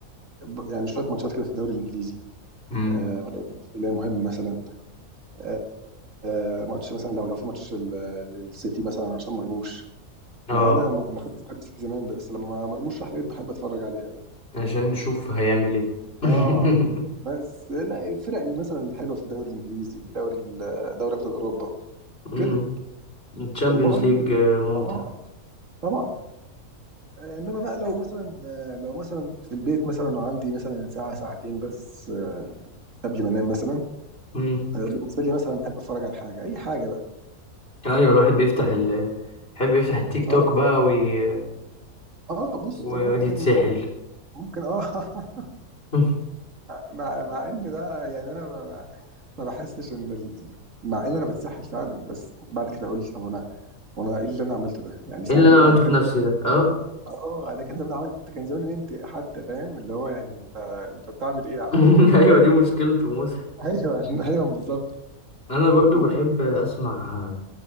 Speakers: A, on the right; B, on the left.
A: ب- يعني شويه ماتشات كده في الدوري الانجليزي
B: امم
A: آه، اللي هي مهم مثلا آه، آه، ماتش مثلا لو لو في ماتش لل- للسيتي مثلا عشان مرموش
B: اه
A: مع ان انا ما ما كنتش بحب السيتي زمان بس لما مرموش راح بقيت بحب اتفرج عليه قوي
B: عشان نشوف هيعمل ايه <laughs>
A: اه بس لا الفرق مثلا الحلوه في الدوري الانجليزي الدوري ال- دوري ابطال اوروبا
B: امم
A: كده
B: الشامبيونز
A: وبرده
B: ليج ممتع
A: اه طبعا آه، انما بقى لو مثلا آه، لو مثلا في البيت مثلا وعندي مثلا ساعه ساعتين بس آه، قبل ما انام مثلا
B: امم
A: آه، بالنسبه لي مثلا بحب اتفرج على حاجه اي حاجه بقى
B: ايوه الواحد بيفتح ال يحب يفتح التيك توك
A: اه
B: بقى وي...
A: اه بص
B: ويقعد
A: انا ممكن
B: يتسحل
A: ممكن اه <laughs>
B: <laughs>
A: مع مع ان ده يعني انا ما, ما بحسش ان ال... مع ان انا بتسحل فعلا بس بعد كده اقول طب انا وانا ايه اللي انا عملته ده يعني ساعتين
B: ايه اللي انا عملته
A: انا كان
B: في نفسي
A: <laughs>
B: ده اه
A: اه انا كان زمان عملت كان زمان نمت حتى فاهم اللي هو يعني انت انت بتعمل ايه يا عم
B: <laughs> ايوه دي مشكلته مسحل
A: <laughs> ايوه ايوه بالظبط
B: انا برضو
A: و-
B: بحب اسمع